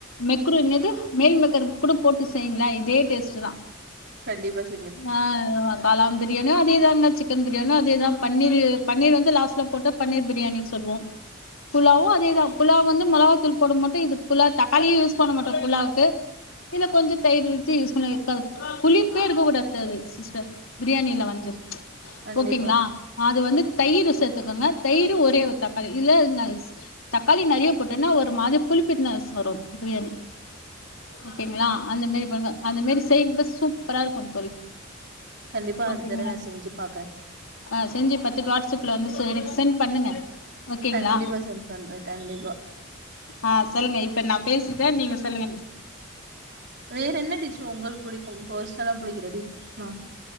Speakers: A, on the left; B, on the right.
A: மெக்குன் நாது மேல்மக்கர் கூட போட்டு செய்யுங்கள இதே டேஸ்ட் தான்
B: கண்டிப்பா செ
A: ஆஹ் காலான் பிரியாணியோ அதேதாங்க சிக்கன் பிரியாணியோ அதேதான் பன்னீரு பன்னீர் வந்து லாஸ்ட்டில் போட்டு பன்னீர் பிரியாணின்னு சொல்லவோம் புலாவும் அதேதான் புலாவு வந்து மிளகாத்தூள் போட மாட்டோம் இது புலா தக்காளியும் யூஸ் பண்ண மாட்டோம் புலாவுக்கு இதில்ல கொஞ்சம் தயிர் வச்சு யூஸ் பண்ண புளிப்பே இருக்கக்கூடாது சரி சிஸ்டர் பிரியாணியிலா வந்து
B: கண்டிப்பா
A: ஓகேங்களா அது வந்து தயிர் சத் த்துக்கோங்க தயிர் ஒரே ஒரு தக்காளி இதுல தக்காளி நிறைய போட்டனா ஒரு மாரி புளிப்புனஸ் வரும் பிரியாணி ஓகேங்களா அன்தமேறி கொஞ்சோ அன்தமேறி செய்க சூப்பரா இருக்கும் தோலி
B: கண்டிப்பா
A: ஓகேங்க
B: அடுத்த தடவ நா செஞ்சு பாக்குறே
A: ஹா செஞ்சு பாத்துட்டு வாட்ஸ்ப்ல வந்து செ சென்ட் பண்ணுங்க ஓகேங்களா
B: கண்டிப்பா சென்ட் பண்றே கண்டிப்பா
A: ஆஹ் சொல்லுங்க இப்ப நான் பேசிட்டேன் நீங்க சொல்லுங்க
B: வேற என்ன டிஷும் உங்களுக்கு புடிக்கும் பர்சனலா புடிக்கிற டிஷ் ஆ